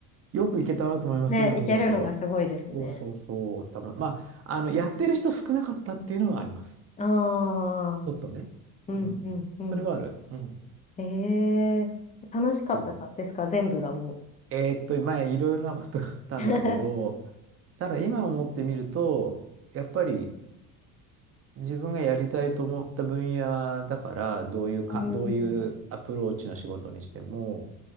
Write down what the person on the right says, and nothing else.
よく行けたなと思います、
今思うと。
そうそうそう、たま、まあ、あの、やってる人少なかったっていうのはあります。
ちょっとね。
うん。
それはある。うん。
そう。えーっと、前、いろいろなことがあったんだけど、
ただ今思ってみると、やっぱり、自分がやりたいと思った分野だから、どういうか、
どういうアプローチの仕事にしても、